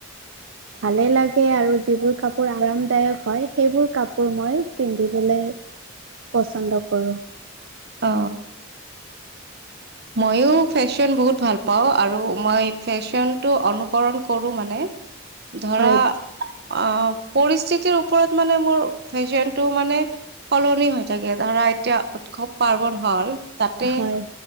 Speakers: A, on the right (about 70°); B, on the right (about 55°).
A: ভালেই লাগে আৰু যিবোৰ কাপোৰ আৰামদায়ক হয় সেইবোৰ কাপোৰ মই পিন্ধিবলৈ পচন্দ কৰোঁ।
B: অ মইয়ো ফেশ্বন বহুত ভাল পাওঁ আৰু আৰু মই ফেশ্বনটো অনুকৰণ কৰোঁ মানে। ধৰা
A: হয়
B: অ পৰিস্থিতিৰ ওপৰত মানে মোৰ ফেশ্বন টো মানে সলনি হৈ থাকে ধৰা এতিয়া উৎসৱ পাৰ্বন হ'ল তাতে
A: হয়